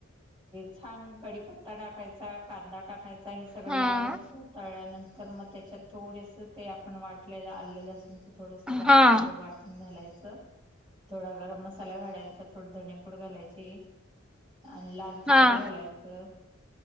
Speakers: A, on the right (about 20°); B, in the centre.
A: छान कढीपत्ता टाकायचा. कांदा टाकायचा हे सगळं
B: हां,
A: लाल होसतवर तळल्यानंतर तर मग त्याच्यात थोडेसं ते आपण वाटलेलं आलं लसुन. थोडसं जाडसर
B: हां,
A: वाटून घालायचं. थोडा गरम मसाला घालायचा थोडे धणेपूड घालायची आणि लाल. तिखट
B: हां.
A: घालायचं.